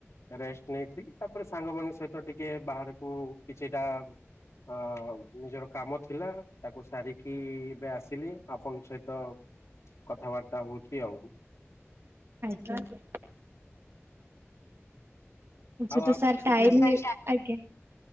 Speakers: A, on the left; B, on the right.
A: ରେଷ୍ଟ ନେଇଥିଲି। ତାପରେ ସାଙ୍ଗ ମାନଙ୍କ ସହିତ ଟିକେ ବାହାରକୁ କିଛିଟା ଅ-ଅ ନିଜର କାମ ଥିଲା। ତାକୁ ସାରିକି ଏବେ ଆସିଲି ଆପଣଙ୍କ ସହିତ କଥା ବାର୍ତ୍ତା ହଉଛି ଆଉ।
B: ଆଜ୍ଞା। ଆଚ୍ଛା
A: ଆଉ
B: ତ
A: ଆ
B: ସାର ଟାଇମ ହେ, ଆଜ୍ଞା।